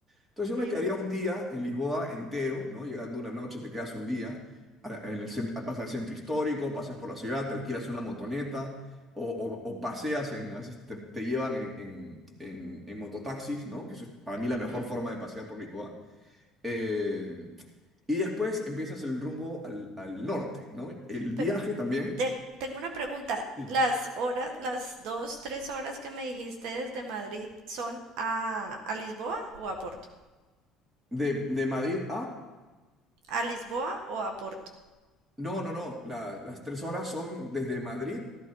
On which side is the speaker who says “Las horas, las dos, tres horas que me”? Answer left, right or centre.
Right